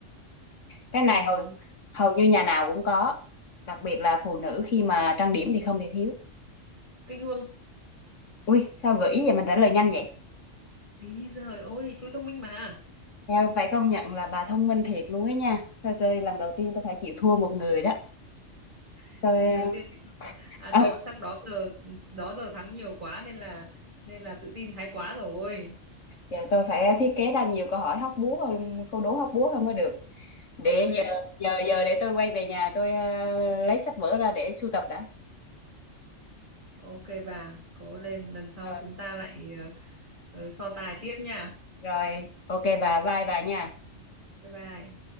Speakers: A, on the left; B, on the right.
A: cái
B: không
A: này hầu
B: có
A: hầu như nhà nào cũng có đặc biệt là phụ nữ khi mà trang điểm thì không thể thiếu
B: cái gương
A: ui sao gợi ý vậy mình trả lời nhanh vậy
B: Ý giời ơi, tôi thông minh mà.
A: em phải công nhận là bà thông minh thiệt luôn ấy nha thôi tôi lần đầu tiên tôi phải chịu thua một người đó
B: <laughs>
A: tôi
B: Lần đầu tiên chị thông- à đó
A: <laughs>
B: chắc đó giờ đó giờ thắng nhiều quá nên là nên là tự tin thái quá rồi.
A: Giờ tôi phải thiết kế ra nhiều câu hỏi hóc búa hơn, câu đố hóc búa hơn mới được. Để
B: Ok,
A: giờ giờ giờ để tôi quay về nhà tôi ờ, lấy sách vở ra để sưu tập đã.
B: ok bà, cố lên lần sau
A: Rồi,
B: chúng ta lại ờ, ờ, so tài tiếp nha.
A: rồi, ok bà, bye bà nha.
B: Bye bye.